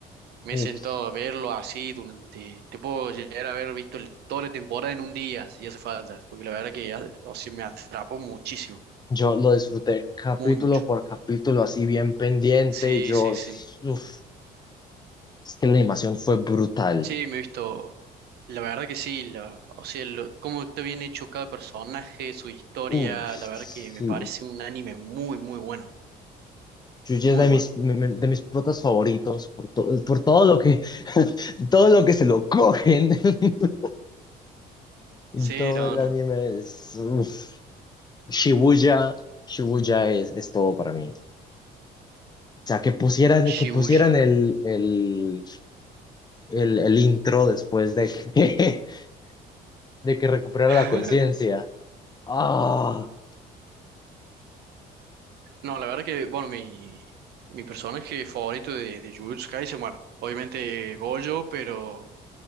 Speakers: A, on the right; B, on the left.
A: Me
B: uf,
A: he sentado a verlo así durante, te puedo llegar a haber visto el- toda la temporada en un día, si hace falta, porque la verdad que ya- o sea, me atrapó muchísimo,
B: yo lo disfruté capítulo
A: muy mucho.
B: por capítulo, así bien pendiente.
A: Sí,
B: Yo,
A: sí, sí.
B: uf, es que la animación fue brutal.
A: Sí, me he visto, la verdad que sí, la- o sea, lo- cómo está bien hecho cada personaje, su historia,
B: Uy, sí.
A: la verdad que me parece un anime muy, muy bueno,
B: Yuya
A: muy
B: es de
A: bueno.
B: mis, me- me- de mis protas favoritos por, to- por todo lo que, <laughs> todo lo que se lo cogen. <laughs> En
A: Sí,
B: Todo
A: no,
B: el
A: no,
B: anime es, uf. Shibuya, Shibuya es, es todo para mí. O sea, que pusieran,
A: Shibuya.
B: que pusieran el, el, el, el intro después de que, <laughs> de que recuperara
A: <laughs>
B: la conciencia. Ah,
A: No, la verdad que, bueno, mi, mi personaje favorito de, de Jujutsu Kaisen, bueno, obviamente Gojo, pero